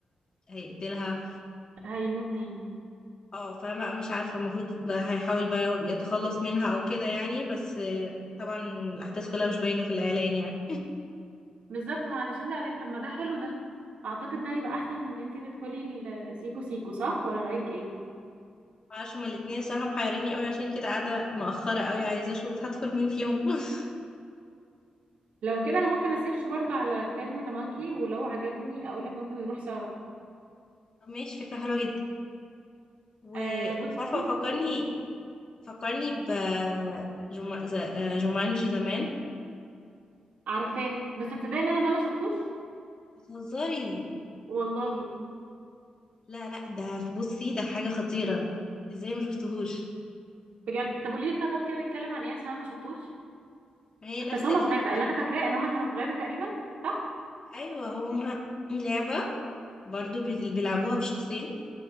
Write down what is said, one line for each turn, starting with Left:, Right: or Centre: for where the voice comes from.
Left: هيقتلها
Right: هيموت تاني
Left: اه فانا مش عارفه المفروض ده هيحاول بقى يتخلص منها او كده يعني بس آه، طبعا الاحداث كلها مش باينه في الاعلان يعني
Right: بالظبط ما علشان ده قال طب ما ده حلو ده اعتقد ده هيبقى احسن من ان انتي تدخلي السيكو سيكو صح ولا رايك ايه
Left: معرفش هما الاتنين الصراحه محيريني قوي عشان كده قاعده مأخره قوي عايزه اشوف هدخل مين فيهم <laughs>
Right: لو كده انا ممكن اسيرش برضو على فيلم تمانكي ولو عجبني اقولك ممكن نروح سوا
Left: طب ماشي فكره حلوه جدا ومش
Right: آه بصي
Left: عارفه فكرني
Right: قولي لي
Left: فكرني ب جوما... ز- آه، جومانجي زمان
Right: عارفاه بس تصدقي ان انا ده ما شفتوش
Left: بتهزري
Right: والله
Left: لا لا ده في- بصي ده حاجه خطيره ازاي ما شفتهوش
Right: بجد طب قولي لي كده، طب كده بيتكلم عن ايه عشان انا ما شفتوش
Left: ما هي نفس
Right: بس هما
Left: الفكره
Right: في غابه اللي انا فاكراه ان هما كانوا في غابه تقريبا صح
Left: ايوه هما لعبه برضو بيت- بيلعبوها بشخصين